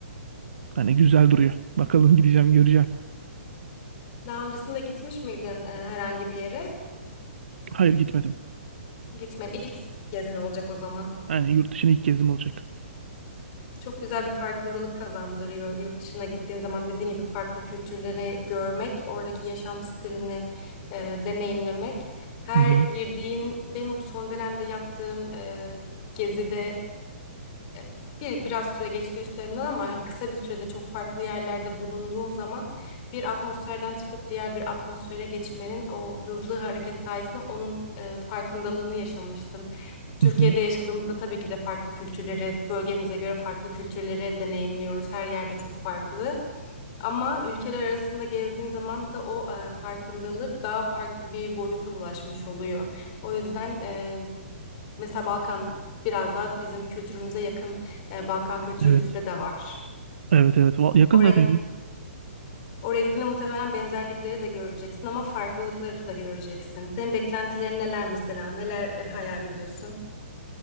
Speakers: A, on the right; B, on the left.
A: hani güzel duruyor. Bakalım gideceğim göreceğim.
B: Daha öncesinde gitmiş miydin e, herhangi bir yere?
A: Hayır gitmedim.
B: Gitme. İlk gezin olacak o zaman.
A: Yani yurt dışına ilk gezim olacak.
B: Çok güzel bir farkındalık kazandırıyor. Yurt dışına gittiğin zaman dediğin gibi farklı kültürleri görmek, oradaki yaşam stilini e, deneyimlemek. Her
A: Hı hı.
B: girdiğin, benim son dönemde yaptığım e, gezide e, bir biraz süre geçti üstlerinden ama hani kısa bir sürede çok farklı yerlerde bulunduğum zaman bir atmosferden çıkıp diğer bir atmosfere geçmenin o hızlı hareket sayesinde onun e, farkındalığını yaşamıştım. Türkiye'de
A: Hı hı.
B: yaşadığımızda tabii ki de farklı kültürleri, bölgemize göre farklı kültürleri deneyimliyoruz. Her yerde çok farklı. Ama ülkeler arasında gezdiğin zaman da o e, farkındalık daha farklı bir boyuta ulaşmış oluyor. O yüzden e, Mesela Balkan biraz daha bizim kültürümüze yakın e, Balkan kültürü
A: Evet.
B: bizde de var.
A: Evet evet. Va- Yakın
B: Oraya
A: zaten.
B: git
A: ya.
B: oraya gittiğinde muhtemelen benzerlikleri de göreceksin ama farklılıkları da göreceksin. Senin beklentilerin neler mesela? Neler e, hayal ediyorsun?